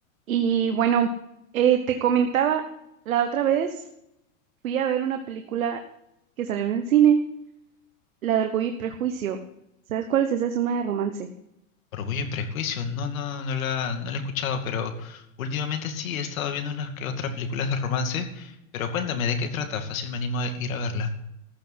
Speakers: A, on the right; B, on the left.
A: Y bueno, eh, te comentaba, la otra vez fui a ver una película que salió en el cine, la de Orgullo y Prejuicio. ¿Sabes cuál es esa? Es una de romance.
B: Orgullo y Prejuicio, no, no, no la, no la he escuchado, pero últimamente sí he estado viendo unas que otras películas de romance, pero cuéntame de qué trata, fácil me animo a ir a verla.